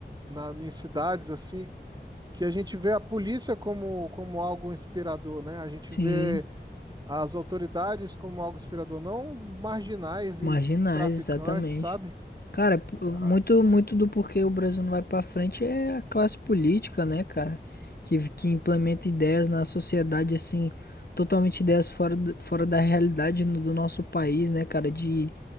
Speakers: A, on the right; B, on the left.
A: Na, em cidades assim, que a gente vê a polícia como, como algo inspirador, né? A gente
B: Sim.
A: vê. As autoridades, como algo inspirador, não marginais
B: Marginais,
A: e traficantes,
B: exatamente.
A: sabe?
B: Cara, p-
A: Ah,
B: muito, muito do porquê o Brasil não vai pra frente é a classe política, né, cara? Que, que implementa ideias na sociedade, assim, totalmente ideias fora, do- fora da realidade no- do nosso país, né, cara? De,